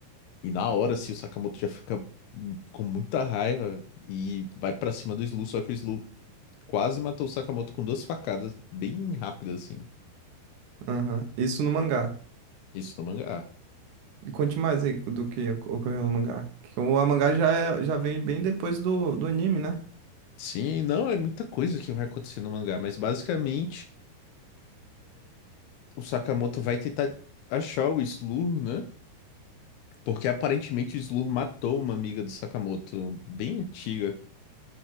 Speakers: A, on the left; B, on the right.
A: E na hora, assim, o Sakamoto já fica hum, com muita raiva e vai pra cima do Slu, só que o Slu quase matou o Sakamoto com duas facadas bem rápidas, assim.
B: Aham. Isso no mangá.
A: Isso no mangá.
B: E conte mais aí do que ocorreu no mangá. Que o mangá já, é- já vem bem depois do, do anime, né?
A: Sim, não, é muita coisa que vai acontecer no mangá, mas basicamente o Sakamoto vai tentar achar o Slur, né? Porque aparentemente o Slur matou uma amiga do Sakamoto, bem antiga.